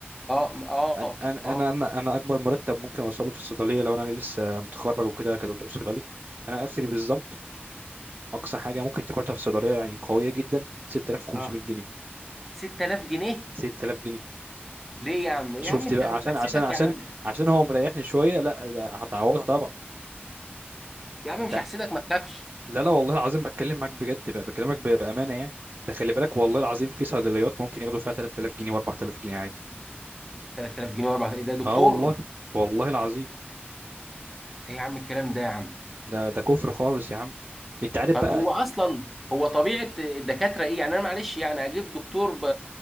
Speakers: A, in the centre; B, on the right.
A: اه م- اه
B: انا انا
A: اه
B: انا انا اكبر مرتب ممكن اوصله في الصيدليه لو انا لسه متخرج وكده كدكتور صيدلي انا اخري بالظبط اقصى حاجه ممكن تاخدها في الصيدليه يعني قويه جدا 6500 جنيه
A: اه 6000 جنيه
B: 6000 جنيه
A: ليه يا عم يا
B: شفت
A: عم انت
B: بقى
A: مش
B: عشان
A: هحسدك
B: عشان عشان
A: يا عم
B: عشان هو مريحني شويه لا ده هتعوضها طبعا
A: يا عم
B: انت
A: مش هحسدك ما تخافش
B: لا لا والله العظيم بتكلم معاك بجد بقى بكلمك ب- بامانه يعني ده خلي بالك والله العظيم في صيدليات ممكن ياخدوا فيها 3000 جنيه و4000 جنيه عادي
A: 3000 جنيه و4000 ده دكتور
B: اه والله والله العظيم
A: ايه يا عم الكلام ده يا عم
B: ده ده كفر خالص يا عم انت عارف
A: طب
B: بقى
A: هو اصلا هو طبيعه الدكاتره ايه يعني انا معلش يعني اجيب دكتور ب...